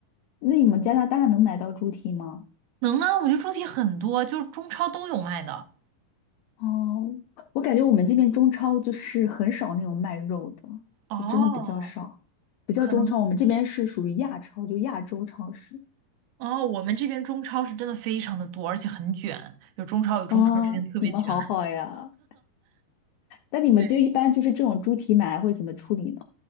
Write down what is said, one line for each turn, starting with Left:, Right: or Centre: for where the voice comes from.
Left: 那你们加拿大能买到猪蹄吗？
Right: 能啊，我觉得猪蹄很多，就是中超都有卖的。
Left: 哦，我感觉我们这边中超就是很少那种卖肉的，
Right: 哦，
Left: 就真的比较少，不叫中超，
Right: 可能
Left: 我们这边是属于亚超，就亚洲超市。
Right: 哦，我们这边中超是真的非常的多，而且很卷，有中超有中超之间特别卷。
Left: 啊，你们好好呀。那你们就一般就是这种猪蹄买来会怎么处理呢？
Right: 对，